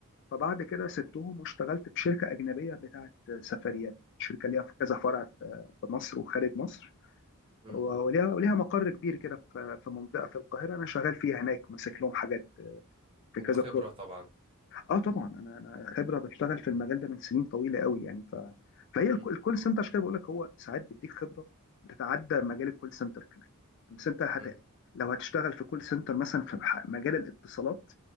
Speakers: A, on the left; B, on the right.
A: فبعد كده سبتهم واشتغلت في شركه اجنبيه بتاعت سفريات شركه ليها في كذا فرع في في مصر وخارج مصر
B: مم.
A: وليها وليها مقر كبير كده في في منطقه في القاهره انا شغال فيها هناك ماسك لهم حاجات في
B: وخبرة
A: كذا
B: طبعا
A: اه طبعا انا انا خبره بشتغل في المجال ده من سنين طويله قوي يعني ف فهي
B: مم.
A: الك- الكول سنتر عشان كده بقول لك هو ساعات بيديك خبره بتتعدى مجال الكول سنتر كمان بس انت هت...
B: مم.
A: لو هتشتغل في كول سنتر مثلا في ح- مجال الاتصالات